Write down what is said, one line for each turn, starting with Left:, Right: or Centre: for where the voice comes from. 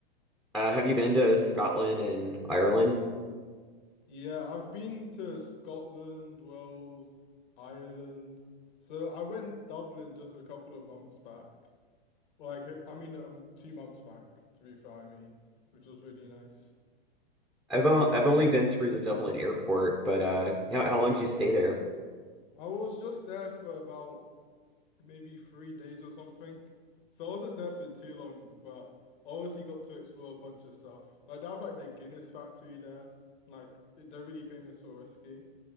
Centre: uh, have you been to Scotland and Ireland?
Left: Yeah, I've been to Scotland, Wales, Ireland. So I went Dublin just a couple of months back. Or like uh, I mean um, two months back to be fair, I mean, which was really nice.
Centre: I've on, I've only been through the Dublin airport, but uh, how, how long did you stay there?
Left: I was just there for about maybe three days or something. So I wasn't there for too long, but I obviously got to explore a bunch of stuff. Like they have like the Guinness factory there. Like they're really famous for whiskey.